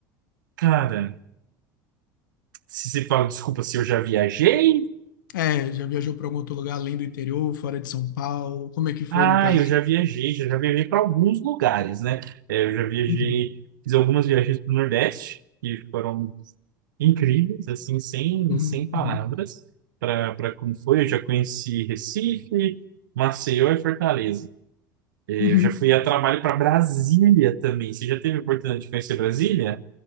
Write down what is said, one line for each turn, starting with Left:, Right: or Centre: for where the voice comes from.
Right: Cara, se você fala, desculpa, se eu já viajei?
Left: É, já viajou para algum outro lugar além do interior, fora de São Paulo? Como é que foi
Right: Ah,
Left: no caso?
Right: eu já viajei, já, já viajei para alguns lugares, né? É, eu já viajei,
Left: Uhum,
Right: fiz algumas viagens para o Nordeste, que foram incríveis, assim, sem,
Left: uhum,
Right: sem
Left: uhum,
Right: palavras, para para como foi. Eu já conheci Recife, Maceió e Fortaleza. É,
Left: uhum.
Right: eu já fui a trabalho para Brasília também. Você já teve a oportunidade de conhecer Brasília?